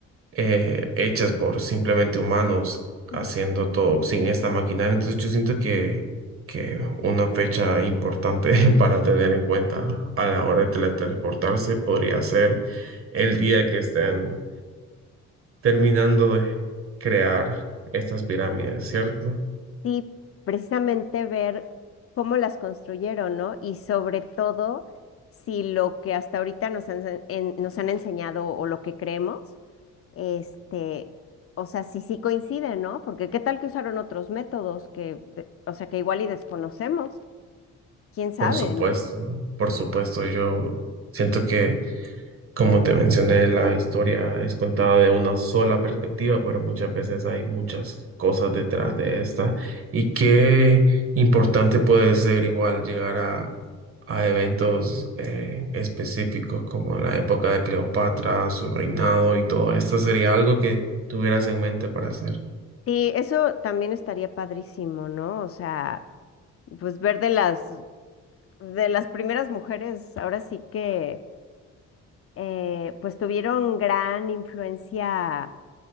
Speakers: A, on the right; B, on the left.
A: eh, hechas por simplemente humanos
B: Ujú.
A: haciendo todo sin esta maquinaria. Entonces yo siento que, que una fecha importante <laughs> para tener en cuenta a la
B: Bueno,
A: hora de teletransportarse podría ser el día que estén terminando de crear estas pirámides, ¿cierto?
B: Sí, precisamente ver cómo las construyeron, ¿no? Y sobre todo, si lo que hasta ahorita nos han, en- nos han enseñado o lo que creemos Este, o sea, sí, sí coinciden, ¿no? Porque qué tal que usaron otros métodos que, de- o sea, que igual y desconocemos, quién sabe,
A: Por supuesto,
B: ¿no?
A: por supuesto, yo siento que Como te mencioné, la historia es contada de una sola perspectiva, pero muchas veces hay muchas cosas detrás de esta. Y qué importante puede ser igual llegar a, a eventos eh, específicos como la época de Cleopatra, su reinado y todo esto. ¿Sería algo que tuvieras en mente para hacer?
B: Sí, eso también estaría padrísimo, ¿no? O sea, pues ver de las, de las primeras mujeres, ahora sí que, eh, pues tuvieron gran influencia,